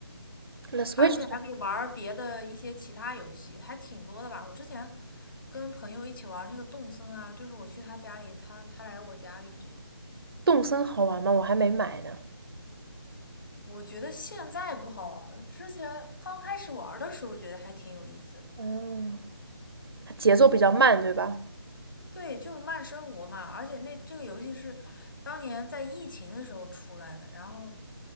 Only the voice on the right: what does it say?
那 Switch
上
动森好玩吗？我还没买呢。
嗯，它节奏比较慢，对吧？